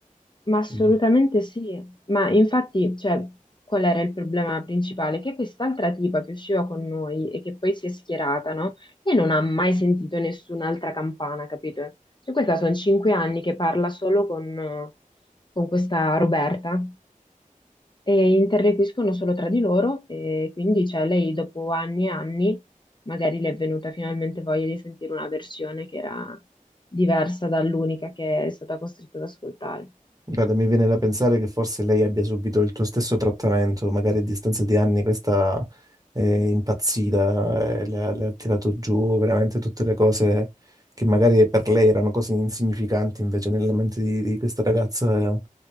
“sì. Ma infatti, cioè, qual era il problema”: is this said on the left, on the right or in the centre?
Left